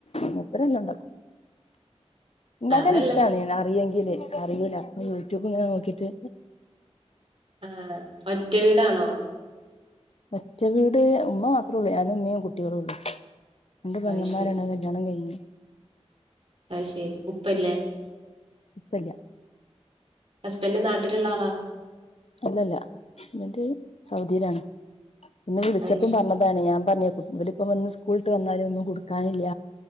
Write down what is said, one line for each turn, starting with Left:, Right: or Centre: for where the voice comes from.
Left: മൂപ്പര് എല്ലാണ്ടാക്കും ഇണ്ടാക്കാൻ
Right: അതല്ല
Left: ഇഷ്ട്ടാണ് അറിയെങ്കില് അറിയൂല അപ്പ യൂട്യൂബ്ങ്ങനെ നോക്കിട്ട്
Right: ആ ഒറ്റ വീടാണോ
Left: ഒറ്റ വീട് ഉമ്മ മാത്രോള്ളൂ ഞാനും മ്മേം കുട്ട്യാളൂള്ളൂ രണ്ട് പെങ്ങമ്മാരാണ്
Right: അയ് ശരി
Left: അത് കല്യാണം കയ്ഞ്ഞ്
Right: അത് ശെരി ഉപ്പല്ലേ
Left: ഉപ്പല്ല
Right: ഹസ്ബന്റ് നാട്ടില്ള്ളാളാണോ
Left: അല്ലല്ല ഹസ്ബന്റ് സൗദീലാണ് ഇന്ന് വിളിച്ചപ്പം
Right: അയ് ശരി
Left: പർഞ പ്പാണ് ഞാൻ പർഞ് കു ഇവര്പ്പൊ വന്ന് സ്കൂൾട്ട് വന്നാലൊന്നും കൊട്ക്കാനില്ല